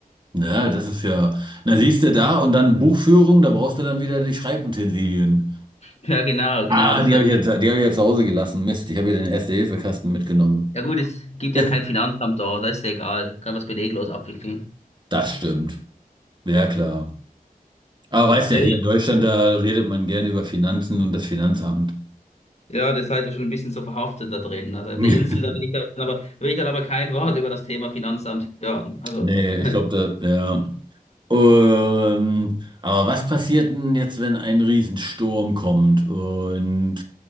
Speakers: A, on the right (about 30°); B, on the left (about 45°).
A: ne, das ist ja. Na, siehst du da und dann Buchführung, da brauchst du dann wieder die Schreibutensilien.
B: Ja, genau,
A: Ah,
B: genau. Das
A: die
B: wird,
A: habe ich jetzt, die habe ich jetzt zu Hause gelassen. Mist, ich habe ja den Erste-Hilfe-Kasten mitgenommen.
B: ja gut, es gibt ja kein
A: <laughs>
B: Finanzamt da, da ist ja egal. Kann was beleglos abwickeln.
A: Das stimmt. Ja, klar. Aber weißt
B: Ja,
A: ja, hier in Deutschland, da redet man gerne über Finanzen und das Finanzamt.
B: ja, das seid ihr schon ein bisschen so verhaftet da drin. Also auf
A: <laughs>
B: der Insel, da will ich dann aber, will ich dann aber kein Wort über das Thema Finanzamt hören. Also,
A: Nee,
B: <laughs>
A: ich glaube, da, ja. Ähm, aber was passiert denn jetzt, wenn ein Riesensturm kommt? Und